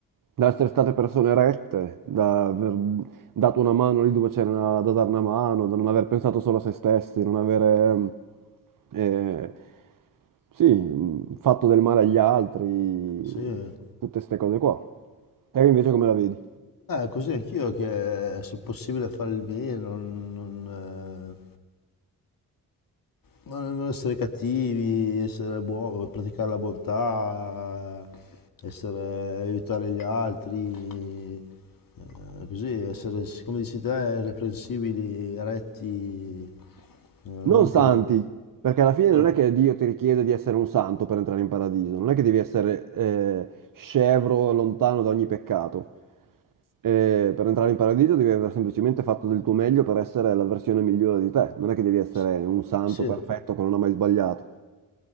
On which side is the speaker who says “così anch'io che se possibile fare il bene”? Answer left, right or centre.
Left